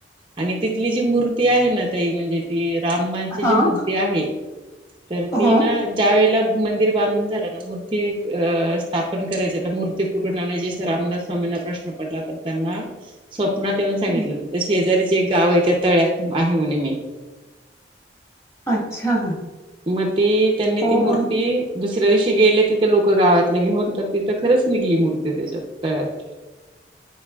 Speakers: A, on the right; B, on the left.
A: आणि तिथली जी मूर्ती आहे ना ताई, म्हणजे ती अ रामाची
B: हा
A: जी
B: हो
A: मूर्ती आहे, तर
B: हां
A: ती ना त्या वेळेला मंदिर बांधून झालं ना, मूर्ती अ स्थापन करायच तर मूर्ती कुठन आणायची, असा रामदास स्वामीना प्रश्न पडला तर त्यांना स्वप्नात येऊन सांगितलं,
B: हो.
A: तिथं शेजारीच एक गाव आहे त्या तळ्यात आहे म्हणे मी
B: अच्छा
A: मग ती, त्यांनी
B: हो
A: ती मूर्ती
B: मग
A: दुसऱ्या दिवशी गेले तिथे लोक गावातले घेऊन तर तिथं खरंच निघली मूर्ती त्याच्यात तळ्यात